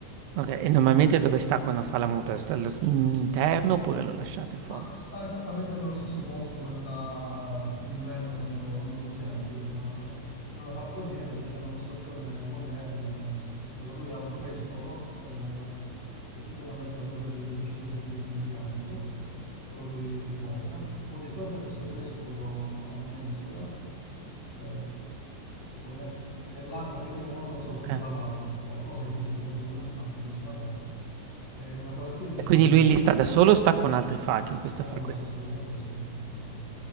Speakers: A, on the right; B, on the left.
A: Okay, e normalmente dove sta quando fa la muta? Sta allo s in interno oppure lo lasciate fuori?
B: Ma sta esattamente nello stesso posto dove sta in inverno quando, quando lo usiamo, quella- in una falconiera dove c'è una postazione moderna, dove lui ha un trespolo eh, che è tipo una mezzaluna di 25 centimetri di diametro, dove lui si posa. Poi di fronte a questo trespolo ha una mensola, eh, tipo mezz- che è larga più o meno quanto la sua apertura
A: Okay.
B: alare, qual- qualcosa in più, di modo che lui non sbatte da nessuna parte, è una quarantina di
A: E
B: centimetri
A: quindi lui
B: profonda
A: lì sta da solo o sta con altri falchi in questa
B: No,
A: falconiera?
B: no, no, sta assolutamente da solo. da solo.